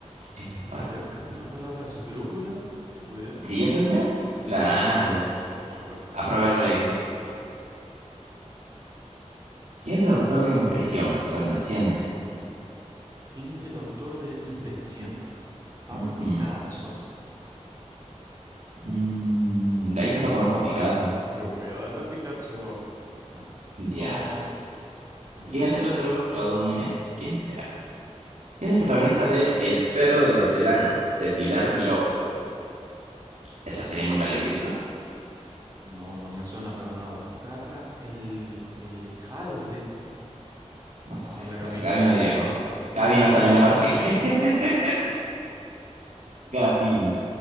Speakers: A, on the right; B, on the right.
A: Es muy fácil.
B: Creo que una palabra esdrújula, podría ser.
A: ¿Y yo también? Claro.
B: Sí, por supuesto.
A: Aprobé el colegio. ¿Quién es el autor de Impresión, Sol Naciente?
B: ¿Quién es el autor de Impresión? Pablo
A: Ujú.
B: Picasso.
A: Mm, de ahí solo conozco a Picasso.
B: Yo voy a darle a Picasso va, por... <laughs>
A: Diablos.
B: No, no
A: ¿Y quién
B: era.
A: es el otro? ¿Claudio Monet? ¿Quién será? ¿Quién es el protagonista de El perro del hortelano, de Pilar Miró? ¿Esa serie nunca la he visto?
B: No, no me suena para nada. Carra el, el Ejalde.
A: No
B: Vamos
A: sé.
B: a darle a Gavino.
A: Ga- Gabino Diego.
B: No,
A: Gabino
B: le
A: también
B: dimos
A: le marqué.
B: a lo mismo.
A: <laughs>
B: <laughs>
A: Gabino.